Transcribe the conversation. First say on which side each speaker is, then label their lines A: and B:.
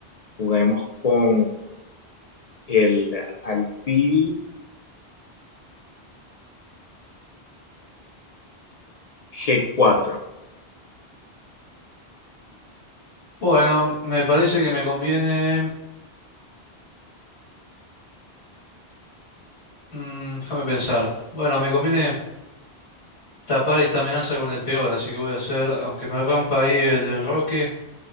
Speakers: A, on the left; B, on the left.
A: Juguemos con el alfil G4.
B: Bueno, me parece que me conviene, mm, déjame pensar. Bueno, me conviene tapar esta amenaza con el peón, así que voy a hacer, aunque me rompa ahí el enroque,